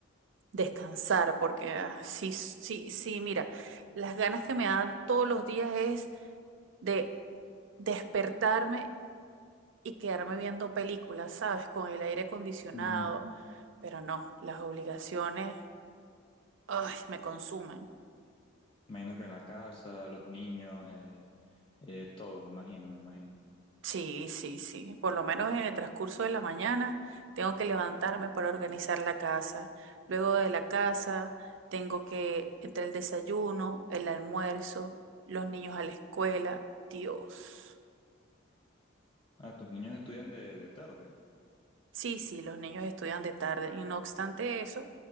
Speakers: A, on the right; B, on the left.
A: descansar, porque ah, sí, sí, sí, mira, las ganas que me dan todos los días es de despertarme y quedarme viendo películas, ¿sabes? Con el aire acondicionado,
B: Mm,
A: pero no, las obligaciones, ay, me consumen.
B: Imagino que en la casa, los niños, eh, eh, todo, imagino, me imagino.
A: Sí, sí, sí. Por lo menos en el transcurso de la mañana tengo que levantarme para organizar la casa. Luego de la casa tengo que entre el desayuno, el almuerzo, los niños a la escuela. Dios.
B: Ah, tus niños estudian de, de tarde.
A: Sí, sí, los niños estudian de tarde y no obstante eso,